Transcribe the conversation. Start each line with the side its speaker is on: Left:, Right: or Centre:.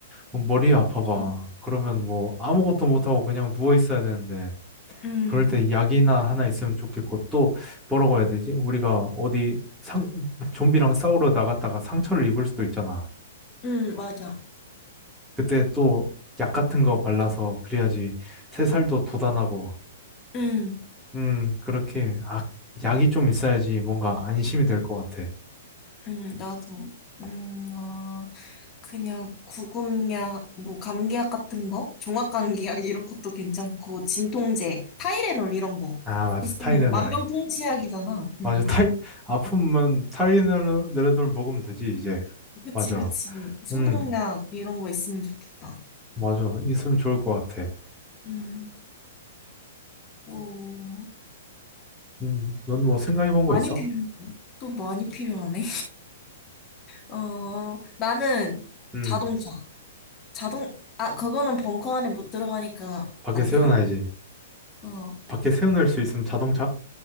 Centre: 뭐 머리 아파봐.
Left: 음,
Centre: 그러면 뭐 아무것도 못하고 그냥 누워 있어야 되는데,
Left: 음,
Centre: 그럴 때 약이나 하나 있으면 좋겠고, 또 뭐라고 해야 되지? 우리가 어디 상, 좀비랑 싸우러 나갔다가 상처를 입을 수도 있잖아.
Left: 음, 맞아.
Centre: 그때 또 약 같은 거 발라서 그래야지 새살도 돋아나고
Left: 음,
Centre: 음, 그렇게, 아, 약이 좀 있어야지 뭔가 안심이 될 것 같아.
Left: 음, 나도. 음, 어, 그냥 구급약, 뭐, 감기약 같은 거? 종합감기약 이런 것도 괜찮고, 진통제, 타이레놀 이런 거.
Centre: 아, 맞아.
Left: 있으면
Centre: 타이레놀.
Left: 만병통치약이잖아. 음,
Centre: 맞아. <laughs> 타이, 아프면 타이레놀 레놀 먹으면 되지, 이제.
Left: 그치,
Centre: 맞아.
Left: 그치. 소독약
Centre: 음,
Left: 이런 거 있으면 좋겠다.
Centre: 맞아. 있으면 좋을 것 같아.
Left: 음, 어,
Centre: 음, 넌 뭐 생각해 본 거
Left: 많이
Centre: 있어?
Left: 필요해. 또 많이 필요하네. 어, 나는
Centre: 음,
Left: 자동차. 자동, 아, 그거는 벙커 안에 못 들어가니까
Centre: 밖에
Left: 안
Centre: 세워놔야지.
Left: 되나? 어,
Centre: 밖에 세워낼 수 있으면 자동차?